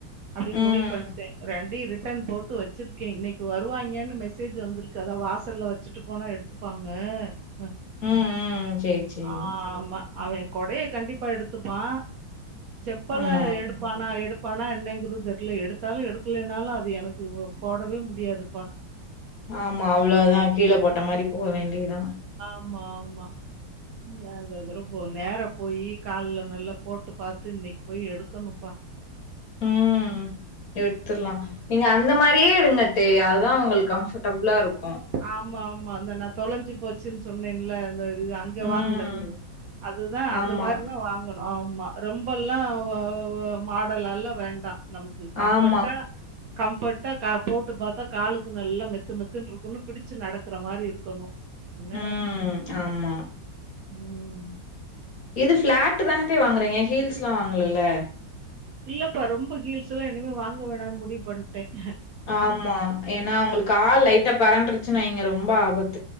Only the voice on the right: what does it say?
அப்டின்னு
முடிவு பண்ணிட்டே ரெண்டயு ரிட்டன் போட்டு வச்சிருக்கேன் இன்னைக்கு வருவாங்கேன்னு மெசெஜ் மெசேஜ் வந்திருக்கு அதா வாசல்ல வச்சுட்டு போனா எடுத்துப்பாங்க ஹ
ஆ ஆமா அவன் கொடைய கண்டிப் அப்ப எடுத்துப்பா செப்பல்ல
எடுப்பானா எடுப் பணம் என்னங்கறது தெரியல எடுத்தாலும் எடுக்கலைனாலும் அது எனக்கு போடவே முடியாதுப்பா
ஆமா ஆமா இந்த து போ நேரா போயி கால்ல நல்லா போட்டு பார்த்து இன்னைக்கு போய் எடுக்கணும்ப்பா
ம்.
ஆமா ஆமா அந்த நா தொலைஞ்சு போச்சு ச்சு சொன்னேன்ல இது அங்க
வாங்கினது அதுதான் அது
மாதிரிதான் வாங்கணும் ஆமா ரொம்பெல்லாம் ஆ மாடல்லாம் வேண்டாம் நமக்கு கம்ஃபர்ட்டா
கம்ஃபர்ட்டா போட்டு பார்த்தா காலுக்கு நல்லா மெத்து மெத்துன்னு ஒன்னு பிடிச்சு நடக்கிற மாதிரி இருக்கணும் என்ன
ம்.
இல்லப்பா ரொம்ப ஹீல்ஸ் எல்லாம் இனிமே வாங்க வேணாம்னு முடிவு பண்ணிட்டேன்